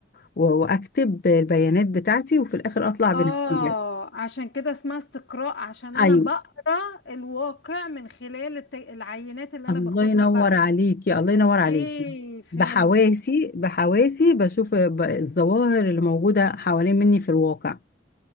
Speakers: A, on the left (about 50°); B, on the left (about 75°).
A: و- واكتب البيانات بتاعتي وفي الاخر اطلع
B: اه
A: بنتيجة
B: عشان كده اسمها استقراء عشان انا
A: ايوه
B: بقرا الواقع من خلال الت... العينات اللي
A: الله
B: انا باخدها
A: ينور
B: بقى
A: عليكي الله ينور عليكي
B: ايه فهمت
A: بحواسي بحواسي بشوف ب- الظواهر اللي موجودة حوالين مني في الواقع